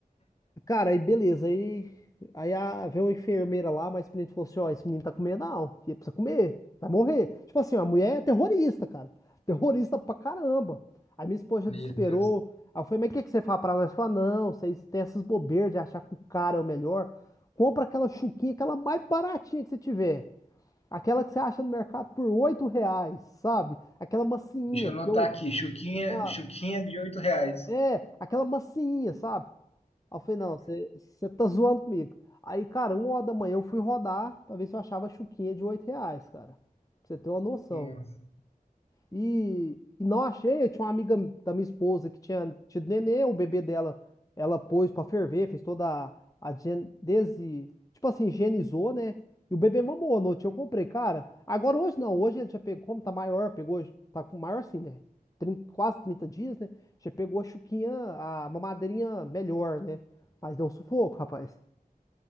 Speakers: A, on the left; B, on the left.
A: Cara, aí beleza. Aí, aí a, veio uma enfermeira lá, mas o menino falou assim: ó, esse menino tá comendo não. Ele precisa comer, vai morrer. Tipo assim, a mulher é terrorista, cara. Terrorista pra caramba. Aí minha esposa já
B: Meu
A: desesperou.
B: Deus.
A: Aí eu falei: mas o que, que você fala pra nós? Fala: não, vocês têm essas bobeiras de achar que o cara é o melhor. Compra aquela chuquinha, aquela mais baratinha que você tiver. Aquela que você acha no mercado por 8 reais, sabe? Aquela macinha,
B: Deixa eu anotar
A: porque eu.
B: aqui, chuquinha,
A: ah,
B: chuquinha de oito reais.
A: é, aquela massinha, sabe? Aí eu falei, não, você você tá zoando comigo. Aí, cara, uma hora da manhã eu fui rodar pra ver se eu achava chuquinha de 8 reais, cara. Pra você ter uma noção.
B: Nossa,
A: E, e não achei. Eu tinha uma amiga da minha esposa que tinha tido nenê, o bebê dela, ela pôs pra ferver, fez toda a, a gen- desi, tipo assim, higienizou, né? E o bebê mamou à noite. Eu comprei, cara. Agora hoje não, hoje ele já pegou, como tá maior, pegou, tá com maior assim, né? 30 quase 30 dias, né? Já pegou a chuquinha, a mamadeirinha melhor, né? Mas deu um sufoco, rapaz.